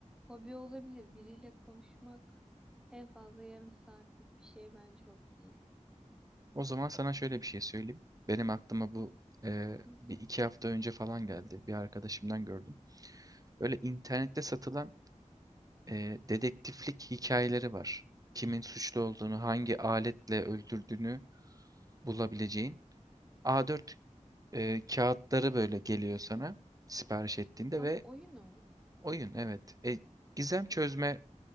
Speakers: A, in the centre; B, on the right.
A: hobi olabilir. Biriyle konuşmak en fazla yarım saatlik bir şey bence hobi değil.
B: o zaman sana şöyle bir şey söyleyeyim. Benim aklıma bu
A: Hı
B: e,
A: hı. hı.
B: bir iki hafta önce falan geldi. Bir arkadaşımdan gördüm. Öyle internette satılan e, dedektiflik hikayeleri var. Kimin suçlu olduğunu, hangi aletle öldürdüğünü bulabileceğin. A4 e, kağıtları böyle geliyor sana sipariş ettiğinde
A: Ama
B: ve
A: oyun o.
B: oyun evet. E, gizem çözme